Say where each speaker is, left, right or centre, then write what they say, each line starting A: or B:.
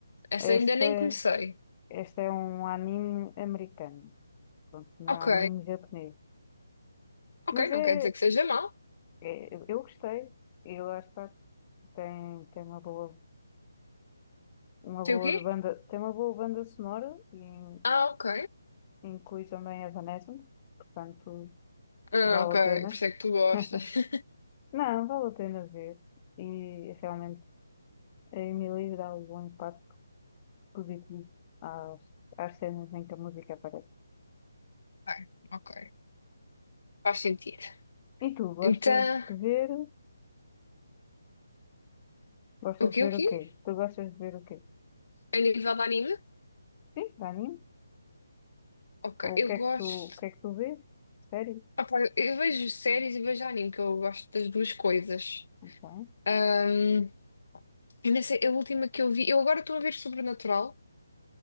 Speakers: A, on the left; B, on the left.
A: Essa
B: Esta,
A: ainda nem comecei.
B: esta é um anime americano. Pronto, não
A: Ok.
B: é anime japonês.
A: Ok,
B: Mas
A: não
B: é,
A: quer dizer que seja mau.
B: é- eu gostei. E lá está. Tem, tem uma boa, uma boa
A: Sei o quê?
B: banda, tem uma boa banda sonora e in-
A: Ah, ok.
B: inclui também Evanescence. Portanto,
A: Ah,
B: vale
A: ok.
B: a pena.
A: Por isso é que tu gostas.
B: <laughs>
A: <laughs>
B: Não, vale a pena ver. E realmente. A Emily dá um impacto positivo às, às cenas em que a música aparece.
A: Ok, ok. Faz sentido.
B: E tu, gostas
A: Então,
B: de ver? Gostas
A: o quê,
B: de ver
A: o quê?
B: o quê? Tu gostas de ver o quê?
A: A nível de anime?
B: Sim, anime?
A: Ok,
B: Ou
A: eu
B: o que
A: gosto.
B: é que tu, o que é que tu vês? Sério?
A: Ah, pá, eu, eu vejo séries e vejo anime, que eu gosto das duas coisas.
B: Bem,
A: Ahm, eu nem sei, a última que eu vi. Eu agora estou a ver Sobrenatural.